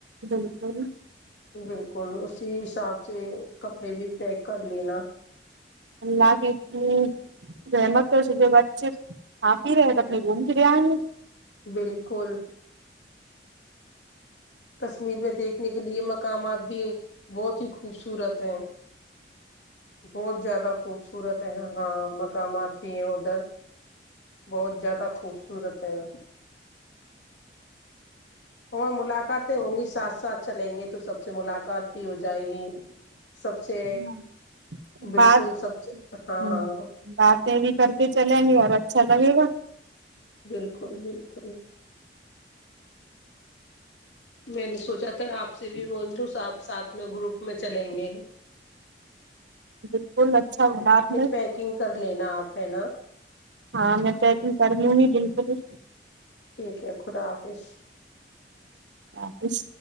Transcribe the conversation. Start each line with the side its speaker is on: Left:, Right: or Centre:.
Right: ج س
Left: بالکل اسی حساب سے کپڑے بھی پیک کر لینا
Right: اللہ کی تم کیا س جو بات آپ ہی رہے ہیں تو اپنے گھوم کے لے آئ گے
Left: بالکل کشمیر میں دیکھنے کے لیے مقامات بھی بہت ہی خوبصورت ہیں بہت زیادہ خوبصورت خوبصورت ہیں ہاں مقامات بھی ہیں ادھر بہت زیادہ خوبصورت ہیں ہاں ملاقاتیں ہوں گی ساتھ ساتھ چلیں گے تو سب سے ملاقات بھی ہو جائے گی سب سے
Right: ہ
Left: بالکل
Right: بات
Left: سب سے ہاں
Right: ہ باتیں بھی کرتے چلیں گے اور اچھا لگے گا
Left: بالکل بالکل میں نے سوچا تھا آپ سے بھی بول دوںا آپ ساتھ میں گروپ میں چلیں گے ہیں
Right: بالکل اچھا ہونا آپ نے
Left: پیکنگ کر لینا آپ ہے نا
Right: ہاں میں چیکنگ کر لوں گی بالکل بلی
Left: ٹھیک ہے خدا حافظ
Right: آفس